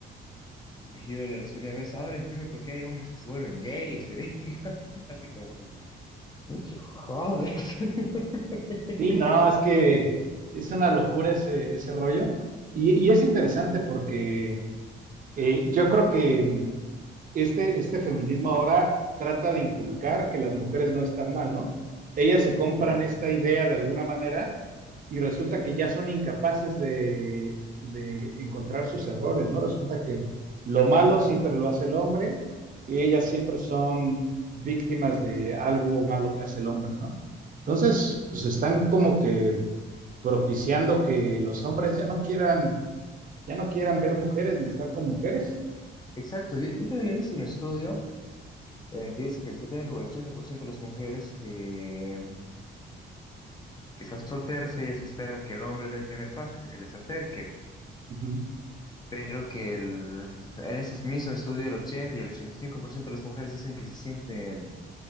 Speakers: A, on the left; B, on the right.
A: y yo le respondía a veces, ahora entiendo por qué hay hombres que se vuelven gays, le dije, <laughs> así como que, mucho jodes. <laughs>
B: Sí, no, es que es una locura ese, ese rollo. Y, y es interesante porque eh, yo creo que este, este feminismo ahora trata de inculcar que las mujeres no están mal, ¿no? Ellas se compran
A: Claro.
B: esta idea de alguna manera y resulta que ya son incapaces de, de encontrar sus errores, ¿no? Resulta que lo malo siempre lo hace el hombre y ellas siempre son víctimas de algo malo que hace el hombre, ¿no? Entonces, pues están como que propiciando que los hombres ya no quieran, ya no quieran ver mujeres ni estar con mujeres.
A: Exacto, yo, yo también he visto un estudio eh, que dice que el 70 o el 80% de las mujeres que, que son solteras, ellas esperan que el hombre dé el primer paso, que se les acerque,
B: Uh -huh.
A: pero que el, en ese mismo estudio el 80 y el 85% de las mujeres dicen que se sienten